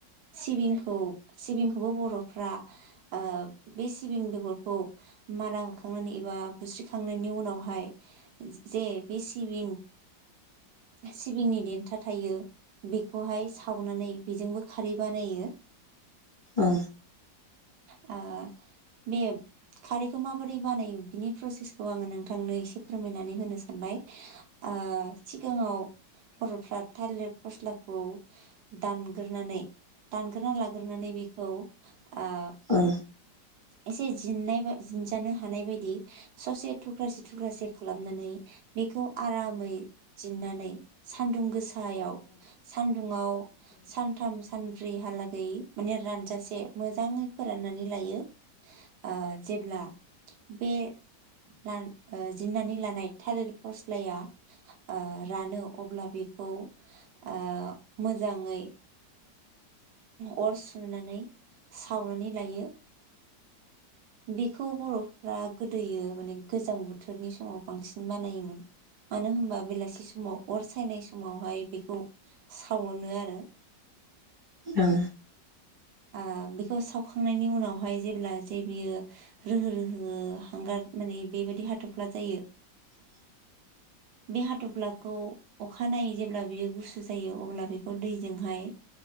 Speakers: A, on the right (about 70°); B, on the right (about 20°).
A: सिबिंखौ सिबिंखौबो बर'फ्रा ओ बे सिबिं बेगरखौ मारा हो खांनानै एबा बुस्रिखांनायनि उनावहाय जे बे सिबिं सिबिंनि देन्था थायो बेखौहाय सावनानै बेजोंबो खारै बानायो।
B: औ।
A: ओ बे खारैखौ माबोरै बानायो बिनि प्रसेसखौ आंङो नोंथांनो एसे फोरमायनानै होनो सानबाय ओ सि गाङाव बर'फ्रा थाइलिर फस्लाखौ दानगोरनानै दानगोरना लाग्रोनानै बेखौ ओ
B: औ।
A: एसे जिननाय बा जिनजानो हानाय बायदि स'से थुख्रासे थुख्रासे खालामनानै बेखौ आरामै जिननानै सान्दुं गो सायाव सान्दुंङाव सान थाम सानब्रैहालागै माने रानजासे मोजाङै फोराननानै लायो। ओ जेब्ला बे लान ओ जिननानै लानाय थालिर फस्लाया ओ रानो अब्ला बेखौ ओ मोजाङै अर सुनानै सावनानै लायो। बिखौ बर' फ्रा गोदोयो माने गोजां बोथोरनि समाव बांसिन बानायोमोन मानो होमबा बेलासि थि समाव अर सायनाय समावहाय बेखौ सावोनो आरो।
B: औ
A: आ बेखौ सावखांनायनि उनावहाय जेब्ला जे बियो रोहो रोहो हांगार माने बेबायदि हाथ'फ्ला जायो।
B: <inaudible>
A: बे हाथफ्लाखौ अखानायै जेब्ला बियो गुसु जायो अब्ला बेखौ दैजोंहाय